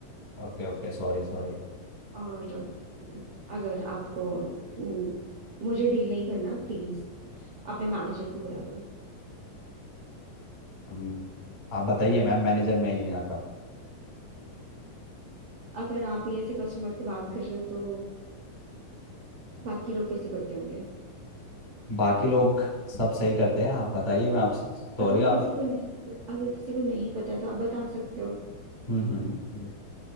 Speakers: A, on the left; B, on the right.
A: Okay okay sorry sorry
B: और अ, अगर आपको हम्म, मुझे डील नहीं करना प्लीज अपने मैनेजर को बुला दो
A: हम्म, आप बताइए मैम मैनेजर मैं ही हूँ यहाँ का
B: अगर आप ही ऐसे कस्टमर से बात कर रहे हो तो बाकी लोग कैसे करते होंगे
A: बाकी लोग सब सही करते हैं आप बताइए मैं
B: लाइक
A: आपसे सॉरी
B: अगर किसी
A: आप
B: को नहीं प- अगर किसी को नहीं पता तो आप बता सकते हो
A: हम्म हम्म